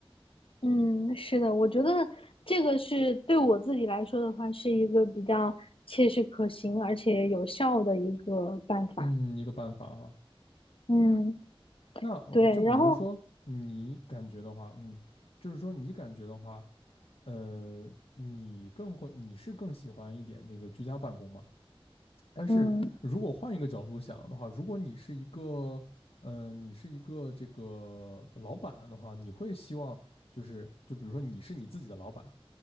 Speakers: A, on the left; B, on the left.
A: 嗯，是的，我觉得这个是对我自己来说的话，是一个比较切实可行而且有效的一个办法。
B: 嗯，一个办法啊。
A: 嗯，
B: 那我就比如说你感觉的话，
A: 对，然后
B: 嗯，就是说你感觉的话，呃，你更会，你是更喜欢一点那个居家办公嘛？但是如果换一个角度想的话，
A: 嗯嗯。
B: 如果你是一个，呃，你是一个这个老板的话，你会希望就是，就比如说你是你自己的老板。